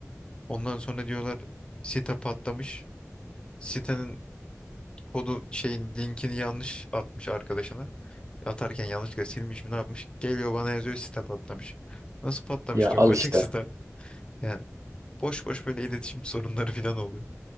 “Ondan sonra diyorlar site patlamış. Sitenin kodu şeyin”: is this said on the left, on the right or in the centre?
Left